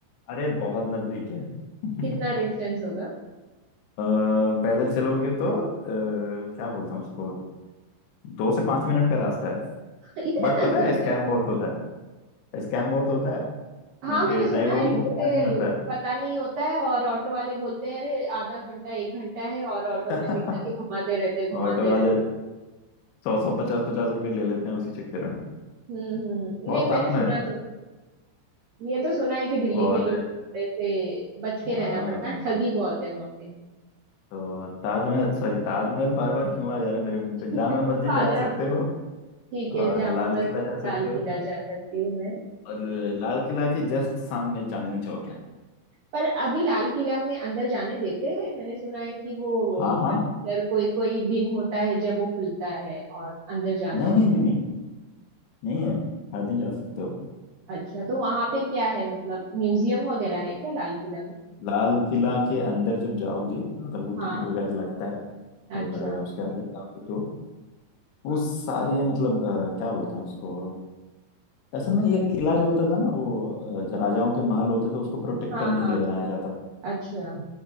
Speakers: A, on the left (about 80°); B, on the right (about 80°).
A: अरे बहुत नजदीक है <laughs>
B: कितना डिस्टेंस होगा
A: अ, पैदल चलोगे तो आ, क्या बोलते हैं उसको दो से पांच मिनट का रास्ता है
B: हाँ, इतना
A: बट पता
B: नजदीक
A: है स्कैम
B: है
A: बहुत होता है स्कैम बहुत होता है
B: हाँ
A: क्योंकि
B: मैंने सुना
A: नए लोगों
B: है लूटते
A: को पता नहीं होता
B: लूट
A: है
B: पता नहीं होता है और ऑटो वाले बोलते हैं अरे आधा घंटा एक घंटा है और ऑटो
A: <laughs>
B: में बिठा के घुमाते रहते हैं घुमाते
A: ऑटो वाले
B: रहते
A: सौ सौ पचास पचास रुपए ले लेते हैं उसी चक्कर में
B: हैं। हम्म हम्म
A: बहुत
B: नहीं मैंने
A: पास
B: सुना
A: में है
B: तो ये तो सुना है कि दिल्ली
A: और
B: के लोग से बच के
A: हाँ
B: रहना पड़ता है ठगी बहुत है वहां पे
A: तो ताजमहल सॉरी ताजमहल बार बार क्यों आ जा रहा है मेरे मुंह
B: <laughs>
A: पे जामा
B: वो तो
A: मस्जिद
B: आगरा
A: जा सकते
B: में
A: हो
B: ठीक है
A: और
B: जामा
A: लाल
B: मस्जिद
A: किला जा
B: लाल
A: सकते
B: किला
A: हो
B: जा सकती हूँ मैं
A: और
B: हम्म।
A: लाल किला के जस्ट सामने चांदनी चौक है
B: पर अभी लाल किला में अंदर जाने देते हैं मैंने सुना है कि वो
A: हाँ हाँ
B: पर्टिकुलर कोई कोई दिन होता है जब वो खुलता है और अंदर जाना
A: नहीं
B: होता
A: नहीं नहीं नहीं नहीं है हर दिन जा सकते हो
B: है। अच्छा तो वहां पे क्या है मतलब म्यूजियम वगैरह है क्या लाल किला में
A: लाल किला के अंदर जब जाओगे मतलब वो
B: हाँ
A: टिकट वगैरह लगता है फिर
B: अच्छा
A: अ, उसके अंदर जाओगे तो वो सारे मतलब अ, क्या बोलते हैं उसको असल में ये किला जो होता था ना वो अ, जो राजाओं के महल होते थे उसको प्रोटेक्ट
B: हाँ
A: करने
B: हाँ
A: के लिए बनाया जाता था
B: अच्छा